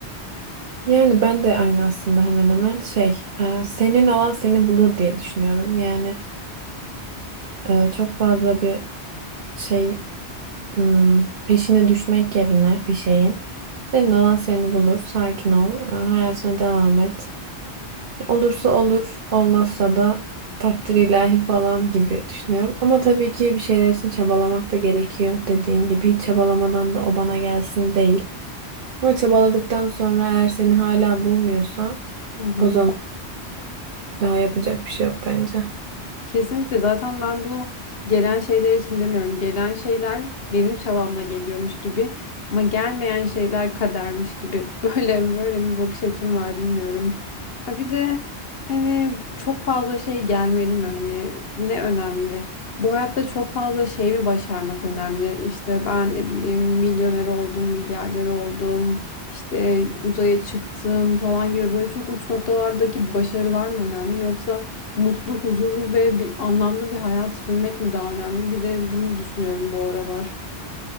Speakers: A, on the right (about 55°); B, on the left (about 60°).
A: Yani ben de aynı aslında hemen hemen şey, e, senin olan seni bulur diye düşünüyorum. Yani e, çok fazla bir şey Hmm, peşine düşmek yerine bir şeyin. Senin olan seni bulur. Sakin ol. e, Hayatına devam et. Olursa olur, olmazsa da takdir ilahi falan gibi düşünüyorum. Ama tabii ki bir şeyler için çabalamak da gerekiyor. Dediğin gibi hiç çabalamadan da o bana gelsin değil. Ama çabaladıktan sonra eğer seni hala bulmuyorsa
B: Hı hı.
A: o zaman daha yapacak bir şey yok bence.
B: Kesinlikle zaten ben bunu gelen şeyler için demiyorum. Gelen şeyler benim çabamla geliyormuş gibi ama gelmeyen şeyler kadermiş gibi. <laughs> Böyle böyle bir bakış açım var bilmiyorum. Ha bir de hani çok fazla şey gelmeli mi? Hani ne önemli? Bu hayatta çok fazla şey mi başarmak önemli? İşte ben ne bileyim milyoner oldum, milyarder oldum, işte uzaya çıktım falan gibi böyle çok uç noktalardaki başarılar mı önemli yoksa mutlu, huzurlu ve bir anlamlı bir hayat sürmek mi daha önemli? Bir de bunu düşünüyorum bu aralar.